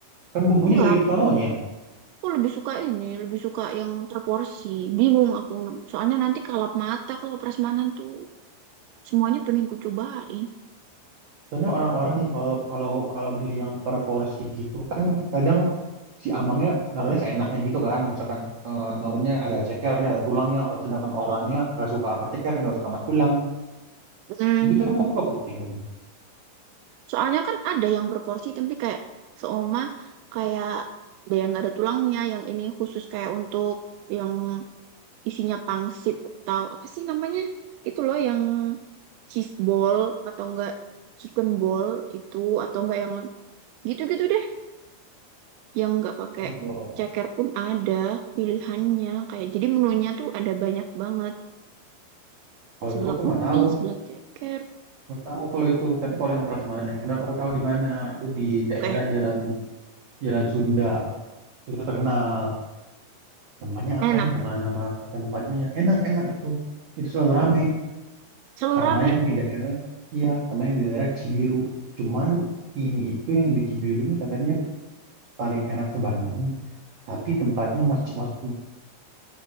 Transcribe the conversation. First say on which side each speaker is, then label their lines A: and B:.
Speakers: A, on the right (about 65°); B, on the right (about 85°).
A: Kan bumbunya
B: Enggak,
A: dari sononya.
B: aku lebih suka ini, lebih suka yang terporsi. Bingung aku. Soalnya nanti kalap mata kalau prasmanan tuh semuanya pengen ku cobain.
A: Soalnya orang-orang nih kalau kalau kalau beli yang per porsi gitu kan kadang si amangnya naruhnya seenaknya gitu kan. Misalkan eh, naruhnya ada cekernya, ada tulangnya, or- sedangkan orangnya nggak suka sama ceker, nggak suka sama tulang.
B: Hmm.
A: Begitu emang kamu keputing.
B: Soalnya kan ada yang berporsi tapi kayak seoma kayak ada yang nggak ada tulangnya, yang ini khusus kayak untuk yang isinya pangsit atau apa sih namanya? Itu loh yang cheese ball atau enggak chicken ball itu atau enggak yang gitu-gitu deh. Yang nggak pakai
A: Oh, kalau
B: ceker pun ada pilihannya. Kayak jadi menunya tuh ada banyak banget.
A: kalau
B: Seblak
A: itu aku
B: mie,
A: nggak tahu,
B: seblak ceker.
A: nggak tahu kalau itu. Tapi kalau yang prasmanan yang enak aku tahu di mana. Itu di
B: Oke,
A: daerah Jalan Jalan Sunda. itu terkenal namanya
B: enak.
A: apa ya nama nama tempatnya yang enak-enak itu itu selalu rame
B: Selalu
A: sama
B: rame.
A: yang di daerah iya sama yang di daerah Cibiru cuman ini itu yang di Cibiru ini katanya paling enak se Bandung tapi tempatnya masuk masuk